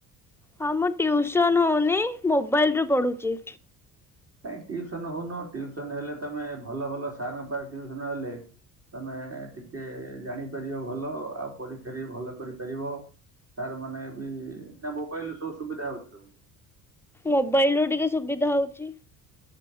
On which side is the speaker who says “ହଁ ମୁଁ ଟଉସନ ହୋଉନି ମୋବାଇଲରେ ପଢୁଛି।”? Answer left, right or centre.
Centre